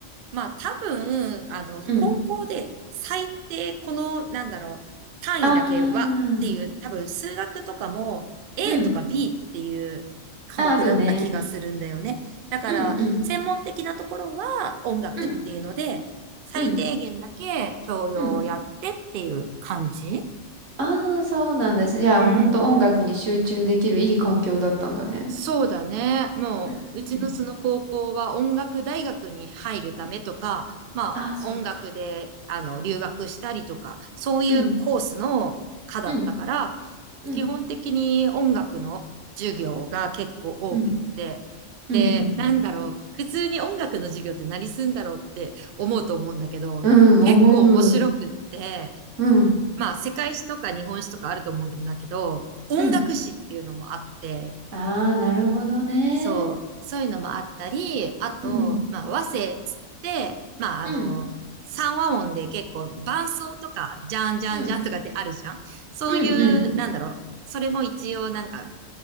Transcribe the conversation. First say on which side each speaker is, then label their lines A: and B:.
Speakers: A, on the right (about 60°); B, on the right (about 80°).
A: まあ多分、あの、高校で最低この、
B: うん。
A: なんだろう、単位だけはっていう、
B: あー、
A: 多分数学とかも A
B: うん。
A: とか B っていう科目だった気がするんだよね。
B: あ、あるね。
A: だから、
B: うん、うん、
A: 専門的なところは音楽っていうので、
B: うん、
A: 最低限だけ教養をやってっていう感じ
B: うん、うん。あー、そうなんだ。じゃあ、
A: うん。
B: ほんと音楽に集中できるいい環境だったんだね。
A: そうだね。もう、
B: うん。
A: うちのその高校は音楽大学に入るためとか、まあ、
B: あ、そっか。
A: 音楽で、あの、留学したりとか、そういうコースの科だったから、
B: うん、うん、うん、
A: 基本的に音楽の授業が結構多くって、
B: うん、うん、
A: で、
B: うん、
A: なんだろう、普通に音楽の授業って何すんだろうって思うと思うんだけど、
B: うん思う。
A: 結構面白くって、
B: うん、
A: まあ、世界史とか日本史とかあると思うんだけど、音楽史っていうのもあって、
B: うん。ああ、なるほどね。
A: そう、そういうのもあったり、あと、
B: うん、
A: まあ、和声っつって、まあ、
B: うん、
A: あの、三和音で結構伴奏とか、じゃんじゃんじゃんとかってあるじゃん。
B: うん、
A: そういう、
B: うん、うん。
A: なんだろう。それも一応なんか、